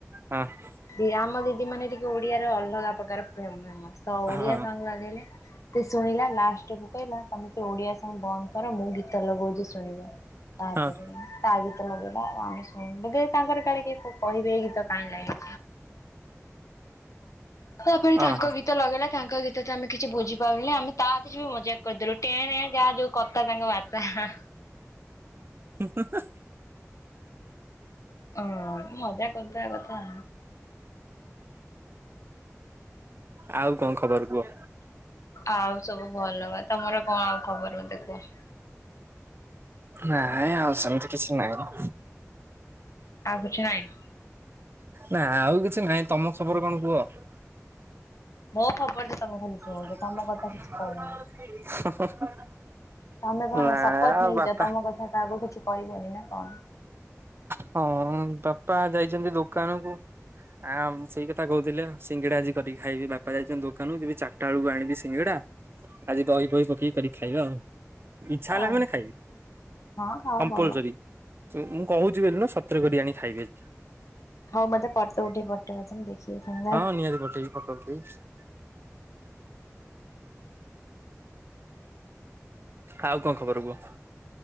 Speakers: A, on the right; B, on the left.
A: ହଁ
B: ଦି ଆମ ଦିଦି ମାନେ ଟିକେ ଓଡିଆର ଅଲଗା ପ୍ରକାର ଫ୍ରେମ ତ
A: ହଁ
B: ଓଡିଆ
A: ହଁ
B: ସଙ୍ଗ ଲଗେଇଲେ। ସେ ଶୁଣିଲା ଲାଷ୍ଟ କୁ କହିଲା ତମେ ସେ ଓଡିଆ ସଙ୍ଗ ବନ୍ଦ ମୁଁ ଗୀତ ଲଗଉଛି ଶୁଣିବ ତାପରେ
A: ହଁ
B: ତା ଗୀତ ଲଗେଇ ଆଉ ଆମେ ହଁ ବୋଧେ ତାଙ୍କର କାଳେ କିଏ କଣ କହିବେ ଏଇ ଗୀ କାଇଁ ଲାଗି ତାପରେ ତାଙ୍କ
A: ଅହ
B: ଗୀତ ଲଗେଇଲା ତାଙ୍କ ଗୀତ ତ ତ ଆମେ କି ବଝିପାରିଲୁନି ଆମେ ତା ଦେରେ ବି ମଜା କରିଦଲୁ ଟେଁ ଟଁ ଯାହା ଯାଉ କଥା ତାଙ୍କ ବାର୍ତ୍ତା।
A: <inaudible>
B: ହ ମଜା କରିଦବା କଥା।
A: ଆଉ କଣ ଖବର କୁହ?
B: ଆଉ ସବୁ ଭଲ ବା ତମର କଣ ଆଉ ଖବର ମୋତେ କୁହ।
A: ନାଇଁ ଆଉ ସେମିତି କିଛି ନାଇଁ।
B: ଆଉ କିଛି ନାହିଁ।
A: ନା ଆଉ କିଛି ନାହିଁ ତମ ଖବର କଣ କୁହ?
B: ମୋ ଖବର ତ ତମେ ଖାଲି
A: <inaudible>
B: ଶୁଣୁଛ ତମ କଥା କିଛି କହୁନ ତମେ କଣ
A: ନା
B: ଶପଥ ନେଇଛ
A: ବାପା
B: ତମ କଥା କାହାକୁ କିଛି କହିବନି ନା କଣ?
A: ହଁ ବାପା ଯାଇଛନ୍ତି ଦୋକାନ କୁ।
B: <inaudible>
A: ଆଁ ସେଇ କଥା କହୁଥିଲେ ସିଙ୍ଗିଡା ଆଜି କରିକି ଖାଇବି ବାପା ଯାଇଛନ୍ତି ଦୋକାନରୁ ଯିବି ଚାରିଟା ବେଳକୁ ଆଣିବି। ସିଙ୍ଗିଡା ଆଜି ଦହି ଫହି ପକେଇିକି କରିକି ଖାଇବା ଆଉ। ଇଛା ହେଲା
B: ଆଉ
A: ମାନେ ଖାଇବି
B: ହଁ ଖାଅ
A: କମ୍ପଲସରି।
B: ଭଲ
A: ମୁଁ କହୁଛି ବୋଲି ନୁହେଁ ସତରେ କରି ଆଣି ଖାଇବି ଆଜି।
B: ହଉ ମତେ ଫୋଟ ଉଠେଇକି ପଠେଇବ ତ ମୁ ଦେଖିବି କେ
A: ହଁ <unintelligible> ଆଉ କଣ ଖବର କୁହ?